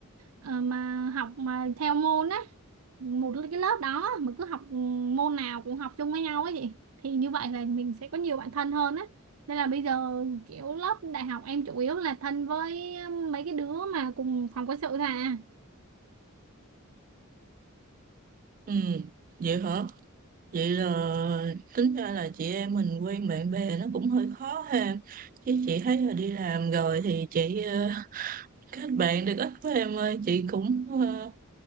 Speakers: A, on the right; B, on the right.
A: ờ, mà học mà theo môn á một cái lớp đó mà cứ học ừ, môn nào cũng học chung với nhau ấy chị thì như vậy là mình sẽ có nhiều bạn thân hơn á nên là bây giờ kiểu lớp đại học em chủ yếu là thân với mấy cái đứa mà cùng phòng quân sự thôi à.
B: ừ vậy hả Vậy là tính ra là chị em mình quen bạn bè nó cũng hơi khó ha. Chứ chị thấy là đi làm rồi thì chị ờ, kết bạn được ít với em ơi. Chị cũng ờ,